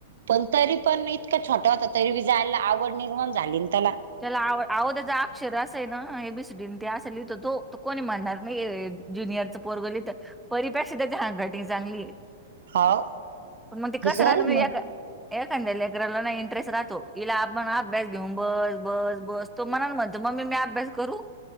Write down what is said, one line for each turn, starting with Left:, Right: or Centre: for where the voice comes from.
Right: पण तरी पण इतका छोटा होता तरी बी जायला आवड निर्माण झाली ना त्याला
Centre: चला आव आो त्याचा अक्षर असा आहे ना हे बीसडीन ते असां लि तर तो कोणी म्हणणार नाही ज्युनियरचं पोरगली तर परिप्रक्ष त्याची हँड रायटिंग चांगली
Right: हो
Centre: मग ते कसं
Right: हुशार
Centre: राहत
Right: आहे
Centre: म या
Right: मग
Centre: एखा्या लेकरराला ना इंटरेस्ट राहतो इिला आपण अभ्यास घेऊन बस बस बस तो म्हणाल म्हणतो मम्मी मी अभ्यास करू